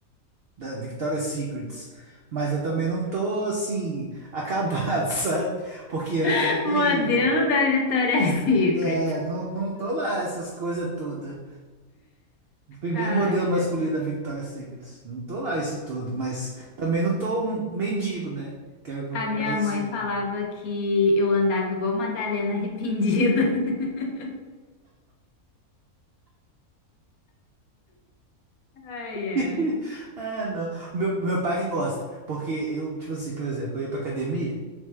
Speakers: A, on the right (about 75°); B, on the left (about 70°).
A: da Victoria's Secrets, mas eu também não tô assim acabado, <laughs> sabe? Porque antes
B: <laughs>
A: era terrível.
B: Modelo da Victoria's Secret.
A: É, não, não tô lá essas coisas todas. Primeiro
B: Ai.
A: modelo masculino da Victoria's Secrets. Não tô lá isso tudo, mas também não tô um mendigo, né? Quero que eu
B: A
A: parecia.
B: minha mãe falava que eu andava igual Madalena arrependida. <laughs> Ai, ai.
A: <laughs> Ah, não. Meu, meu pai que gosta, porque eu, tipo assim, por exemplo, eu ia pra academia.